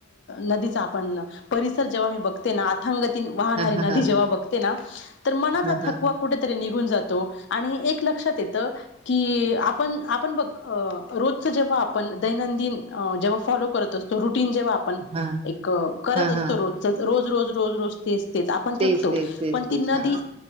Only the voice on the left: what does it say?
नदीचा आपण परिसर जेव्हा मी बघत ते अथांग ती वाहणारी
नदी
जेव्हा बघते ना, तर मनाचा
थकवा कुठेतरी, तरी निघून जातो आणि एक लक्षात येत. की आपण, आपण बघ रोजच जेव्हा, आपण दैनंदिन जेव्हा फॉलो करत असतो. रुटीन जेव्हा आपण
एक करत
असतो
रोज- रोज रोज रोज रोज तेच तेच आपण
थकतो
पण ती
नदी,